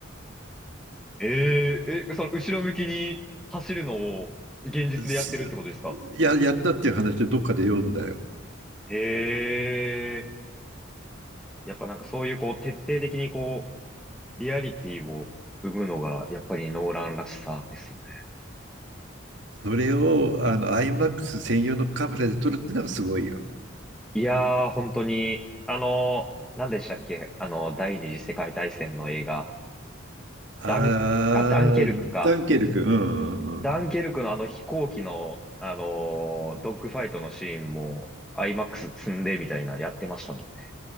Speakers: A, in the centre; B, on the right (about 65°).
A: えー、え、その後ろ向きに走るのを現実でやってるってことですか
B: う。すや、やったっていう話をどっかで読んだよ。
A: へえ。やっぱなんかそういうこう徹底的にこう、リアリティを生むのがやっぱりノーランらしさですよね。
B: それを、あの、IMAX 専用のカメラで撮るってのがすごいよ。
A: いやー、本当に、あのー、何でしたっけあのー、第二次世界大戦の映画。
B: ああ、
A: ダン、あ、ダンケルクか。
B: ダンケルク、うん、うんうん。
A: ダンケルクのあの飛行機の、あのー、ドッグファイトのシーンも、IMAX 積んでみたいな、やってましたもんね。